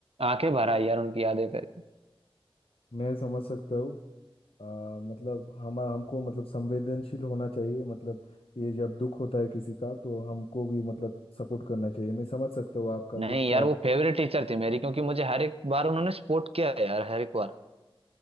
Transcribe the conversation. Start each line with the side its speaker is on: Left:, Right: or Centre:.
Right: आंखें भर आई यार उनकी यादें करके
Left: मैं समझ सकता हूँ अ, मतलब हम हमको मतलब संवेदनशील होना चाहिए मतलब ये जब दुख होता है किसी का तो हमको भी मतलब सपोर्ट करना चाहिए मैं समझ सकता हूँ आपका
Right: नहीं
Left: दुख
Right: यार
Left: का
Right: वो फेवरेट टीचर थी मेरी क्योंकि मुझे हर एक बार उन्होंने सपोर्ट किया है यार हर एक बार